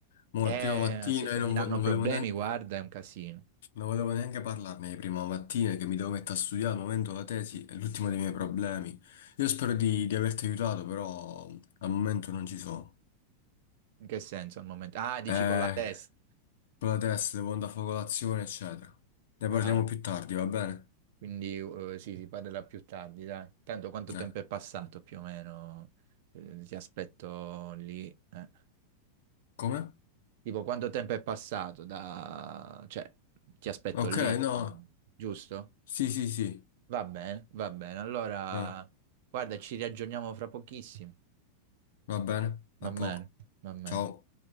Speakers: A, on the left (about 70°); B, on the right (about 50°).
A: Mo
B: Eh,
A: è prima mattina
B: se, se
A: e non,
B: mi danno
A: vo- non
B: problemi,
A: volevo neanche...
B: guarda, è un casino.
A: Non volevo neanche parlarne di prima mattina che mi devo mettere a studiare al momento la tesi è l'ultimo dei miei problemi. Io spero di, di averti aiutato, però al momento non ci sono.
B: In che senso al momento? Ah, dici
A: Eh,
B: con la testa.
A: con la testa devo andare a fare colazione, eccetera. Ne
B: Ah,
A: parliamo più tardi, va bene?
B: quindi eh, sì, si parlerà più tardi, dai. Tanto quanto
A: Eh,
B: tempo è passato più o meno? Eh, ti aspetto lì. eh.
A: come?
B: Tipo, quanto tempo è passato da... cioè, ti aspetto
A: Ok,
B: lì, insomma,
A: no.
B: giusto?
A: Sì, sì, sì.
B: Va bene, va bene. Allora,
A: Eh,
B: guarda, ci riaggiorniamo fra pochissimo.
A: va bene, a
B: Va
A: poco.
B: bene, va bene.
A: Ciao.